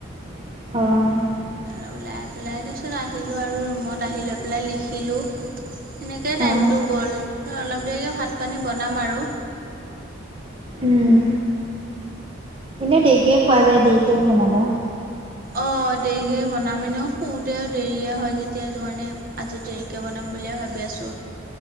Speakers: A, on the right; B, on the right.
A: অ'।
B: আৰু ওলাই পেলাই তাৰপিছত আহিলোঁ আৰু ৰুমত আহি লৈ পেলাই লিখিলোঁ। সেনেকেই টাইমটো
A: অ
B: গ'ল অলপ দেৰিকৈ ভাত পানী বনাম আৰু।
A: উম। এনেই দেৰিকৈ খোৱা যায় দেৰিকৈ বনাবা
B: অ' দেৰিকেই বনাম এনেও শুওঁতে দেৰিয়ে হয় যেতিয়া সেইটো কাৰণে আজি দেৰিকে বনাম বুলিয়ে ভাবি আছোঁ।